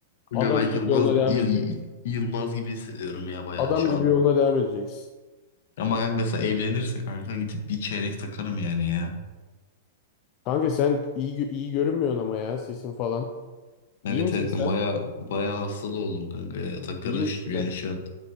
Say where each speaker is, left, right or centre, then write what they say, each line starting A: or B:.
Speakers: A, on the left (about 55°); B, on the left (about 30°).
A: Kanka
B: Adam
A: ben Yılmaz
B: gibi yoluna devam
A: Yıl-
B: edeceksin.
A: Yılmaz gibi hissediyorum ya bayağı
B: Adam
A: şu
B: gibi
A: an.
B: yoluna devam edeceksin.
A: Ama kanka mesela evlenirse kanka gidip bir çeyrek takarım yani ya.
B: Kanka sen iyi gö- iyi görünmüyorsun ama ya sesin falan.
A: Evet
B: İyi misin
A: evet
B: sen?
A: ben baya baya hastalı oldum kanka ya. Yataklara
B: İyi
A: düştüm
B: misin
A: yani
B: sen?
A: şu an.